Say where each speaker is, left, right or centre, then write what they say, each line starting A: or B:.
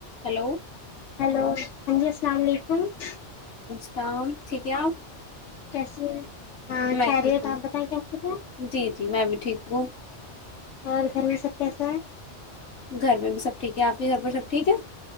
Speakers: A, on the left (about 65°); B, on the left (about 80°).
A: Hello
B: hello <unintelligible> <unintelligible>
A: شام ٹھیک ہے آپ
B: کیسیے ہیں ہاں
A: میں
B: کہریی
A: ٹھیک ہوں
B: آپ بتائیں کیسے ہیں
A: جی جی میں بھی ٹھیک وہ
B: اور گھر میں سب کیسا
A: گھر پہ بھی سب ٹھیک ہے آپ کے گھر پہ سب ٹھیک ہے